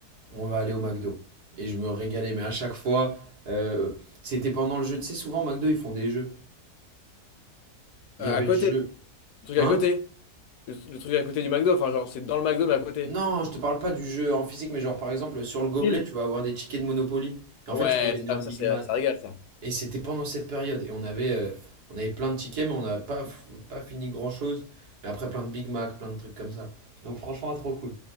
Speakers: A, on the right (about 75°); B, on the left (about 75°).
A: on va aller au McDo. Et je me régalais, mais à chaque fois, euh, c'était pendant le jeu. Tu sais, souvent, au McDo, ils font des jeux. Il
B: Euh,
A: y avait
B: À côté.
A: le jeu.
B: Le truc
A: Hein?
B: à côté. Le, le truc à côté du McDo. Enfin, genre, c'est dans le McDo, mais à côté.
A: Non, je te parle pas du jeu en physique, mais genre par exemple sur le gobelet,
B: Ville.
A: tu vas avoir des tickets de Monopoly. Et
B: Ah
A: en fait,
B: Ouais,
A: tu peux gagner
B: ça,
A: un Big
B: ça, c'est-
A: Mac.
B: ça régale, ça.
A: Et c'était pendant cette période. Et on avait, euh, on avait plein de tickets, mais on n'a pas, f- pas fini grand-chose. Mais après, plein de Big Mac, plein de trucs comme ça. Donc franchement, trop cool.